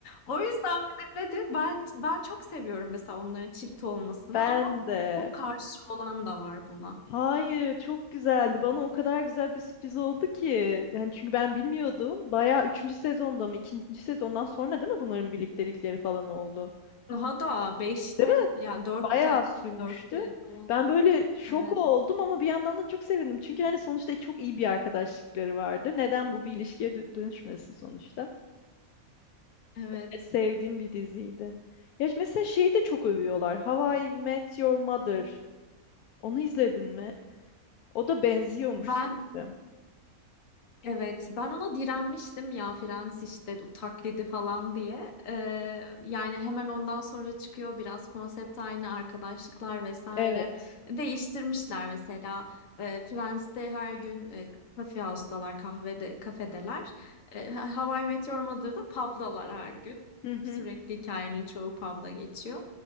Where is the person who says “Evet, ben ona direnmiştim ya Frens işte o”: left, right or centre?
Left